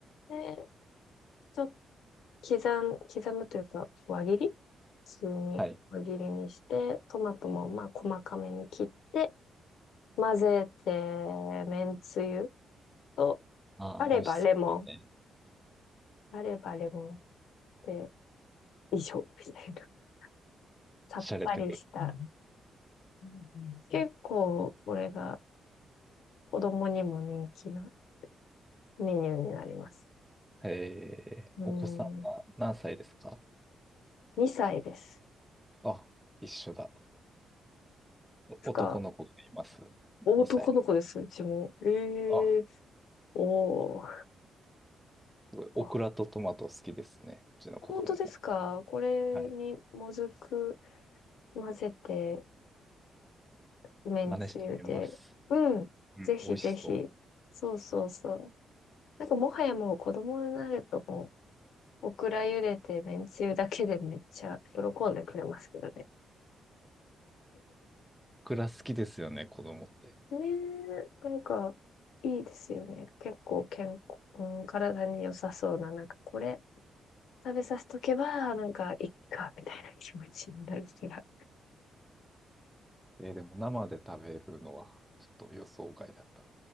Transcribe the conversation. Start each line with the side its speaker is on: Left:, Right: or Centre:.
Left: で、ちょっと刻ん、刻むというか、輪切り普通に輪切りにして、
Centre: はい。
Left: トマトもまあ、細かめに切って、混ぜて、めんつゆと、
Centre: ああ、
Left: あればレモン。
Centre: 美味しそうですね。
Left: あればレモンで、以上、<laughs> みたいな。<laughs> さっぱりした。
Centre: 洒てる。
Left: うん結構、これが子供にも人気なメニューになります。
Centre: えー、
Left: うん、
Centre: お子さんは何歳ですか
Left: 2歳です。
Centre: あ、一緒だ。お男の子がいます。
Left: つか、男の子です、
Centre: 2歳
Left: うちも。ええ
Centre: の。あ、
Left: おお。
Centre: すごい。オクラとトマト好きですね。
Left: あ、
Centre: うちの子供も。
Left: 本当ですかこれにもずく
Centre: はい。
Left: 混ぜて、めんつゆで。
Centre: 真似してみます。
Left: うん、
Centre: うん、
Left: ぜひぜひ。
Centre: 美味しそう。
Left: そうそうそう。なんかもはやもう子供になるともうオクラ茹でてめんつゆだけでめっちゃ喜んでくれますけどね。
Centre: クラ好きですよね、子供って。
Left: ねえ、なんか、いいですよね。結構健康、うん、体に良さそうな、なんかこれ食べさせとけば、なんかいっか、みたいな気持ちになるから。
Centre: えーでも生で食べるのはちょっと予想外だった。